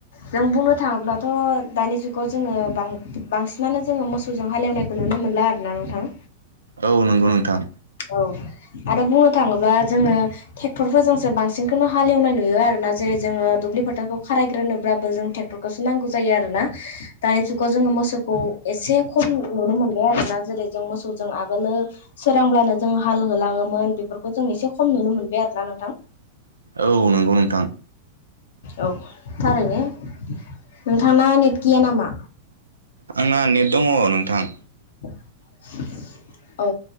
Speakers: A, on the left; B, on the right.
A: जों बुंनो थाङोब्लाथ' दानि जुगाव जोङो बां- बांसिनानो जोङो मोसौ मोसौजों हालेवनायखौ नुनो मोनला आरोना नोंथां
B: औ नंगौ नोंथां
A: औ आरो बुंनो थाङोबा जोङो ट्रेक्टरफोरजोंसो बांसिनखौनो हालेवनाय नुयो आरोना जेरै जोङो दुब्लि फोथारखौ खारायग्रोनोब्लाबो जों ट्रेक्टरखौसो नांगौ जायो आरोना दानि जुगाव जोङो मोसौखौ एसे खम नुनो मोनबाय आरो ना जेरै जों मोसौजों आगोलो सोरांब्लानो जों हाल होलाङो मोन बेफोरखौ जों एसे खम नुनो मोनबाय आरोना नोंथां
B: औ नंगौ नोंथां
A: औ थारैनो नोंथांना नेट गैया नामा?
B: आंना नेट दङ' नोंथां।
A: <inaudible>
B: <inaudible>
A: औ